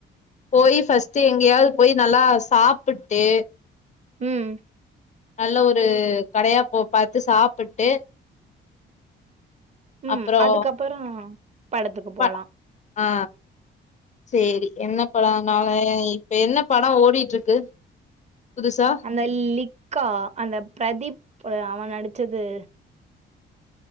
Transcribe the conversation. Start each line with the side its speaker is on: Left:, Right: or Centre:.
Left: போயி ஃபஸ்ட்டு எங்கியாவது போயி நல்லா சாப்புட்டு
Right: ம்
Left: நல்ல ஒரு கடையா போ பாத்து சாப்புட்டு
Right: ம்
Left: அப்புறோ
Right: அதுக்கப்பறோ படத்துக்கு
Left: ப
Right: போலா
Left: ஆ சேரி என்ன படோ நாளை இப்ப என்ன படோ ஓடிட்டு ருக்கு புதுசா
Right: அந்த லிக்கா அந்த பிரதீப் அவன் நடிச்சது